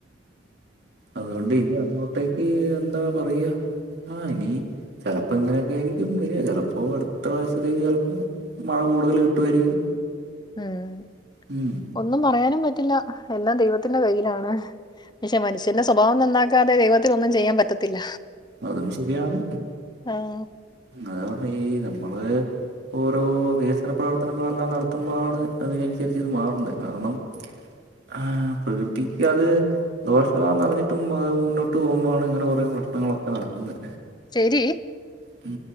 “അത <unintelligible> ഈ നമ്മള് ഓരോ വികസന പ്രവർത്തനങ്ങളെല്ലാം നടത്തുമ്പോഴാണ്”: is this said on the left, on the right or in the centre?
Right